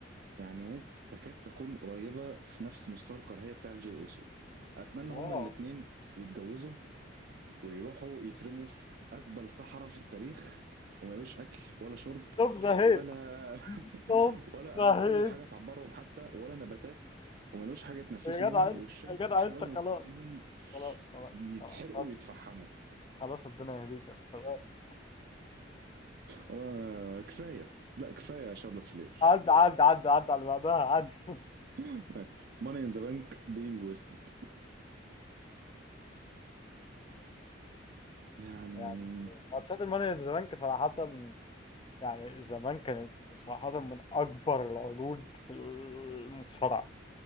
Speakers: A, on the right; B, on the left.
A: يعني ممكن تكاد تكون قريبه في نفس مستوى الكراهيه بتاع الجي اوسو اتمنى
B: واو
A: هما الاتنين يتجوزوا ويروحوا يترموا في اسبل صحراء في التاريخ وما يلاقوش اكل ولا شرب
B: ستوب ذا هيت
A: ولا
B: ستوب
A: <laughs> ولا
B: ذا هيت
A: اي حاجه تعبرهم حتى ولا نباتات وما يلاقوش حاجه يتنفسوا
B: يا
A: منها
B: جدع انت
A: والشمس
B: يا جدع
A: تحرقهم
B: انت خلاص
A: وتخليهم
B: خلاص خلاص
A: يتحرقوا
B: خلاص خلاص
A: ويتفحموا
B: خلاص ربنا يهديك بس خلاص
A: وانا كفايه لا كفايه شارلوت فلير
B: عد عد عد عد على اللي بعدها عد <laughs>
A: <laughs> ماني ان ذا بانك بينج ويستد يعني
B: يعني ماتشات المانيا زمان صراحة يعني زمان كانت صراحة من أكبر العروض في المصارعة